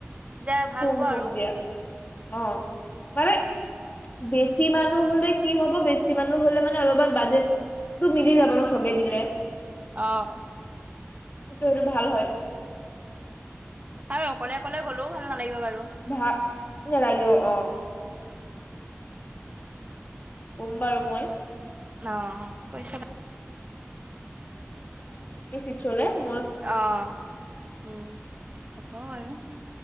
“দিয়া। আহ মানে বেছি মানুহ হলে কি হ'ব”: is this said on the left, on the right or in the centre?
Left